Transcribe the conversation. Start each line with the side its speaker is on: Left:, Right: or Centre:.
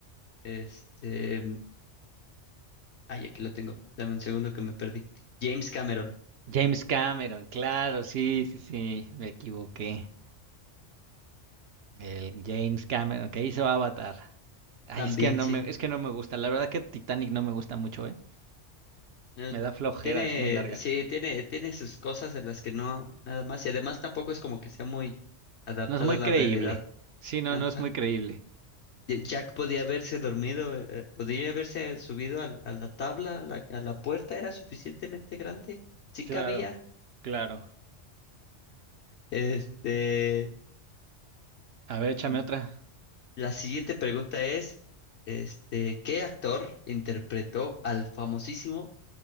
Left: este. Ay, aquí lo tengo. Dame un segundo que me perdí. James Cameron.
Right: James Cameron, claro, sí, sí, sí, me equivoqué. El James Cameron que hizo Avatar. Ay,
Left: También
Right: es que no
Left: sí
Right: me, es que no me gusta. La verdad que Titanic no me gusta mucho, ¿eh?
Left: Eh,
Right: Me da flojera,
Left: Tiene,
Right: es muy larga.
Left: sí, tiene, tiene sus cosas en las que no, nada más. Y además tampoco es como que sea muy adaptada
Right: No es muy
Left: a la
Right: creíble.
Left: realidad.
Right: Sí, no,
Left: Ajá.
Right: no es muy creíble.
Left: Y Jack podía haberse dormido, eh, podría haberse subido al- a, la tabla, a la, a la puerta era suficientemente grande, sí
Right: Claro,
Left: cabía.
Right: claro.
Left: Este,
Right: A ver, échame
Left: mm,
Right: otra.
Left: la siguiente pregunta es, este, ¿qué actor interpretó al famosísimo